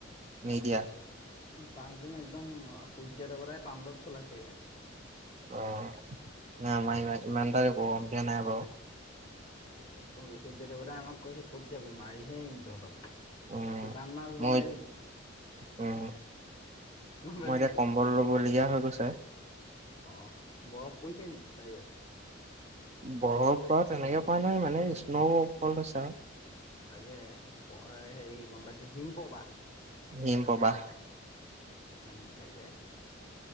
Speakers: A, on the right; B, on the left.
A: মিডিয়া।
B: পাঁচদিন একদম সূৰ্য্য দেৱতাই তাণ্ডৱ চলাইছে ইয়াত।
A: অ', এ আমাৰ ইমান, ইমান এটা গৰম দিয়া নাই বাৰু।
B: আজি সূৰ্য সূৰ্যদেৱতাই আমাক কৈছে ক'ত যাবি, মাৰিহে এৰিম তহঁতক।
A: উম,
B: শুকান মাছ
A: মই,
B: বনাই দিম
A: উম
B: গম পাইছ
A: মই এতিয়া
B: নাই
A: কম্বল লবলগীয়া হৈ গৈছে।
B: অ, বৰফ পৰিছে নি বাহিৰত?
A: বৰফ বা তেনেকে পোৱা নাই মানে স্ন' ফল হৈছে আৰু।
B: তাকে, হেৰি গম পাইছো হিম প্ৰবাহ।
A: হিম প্ৰবাহ।
B: ইনকাগে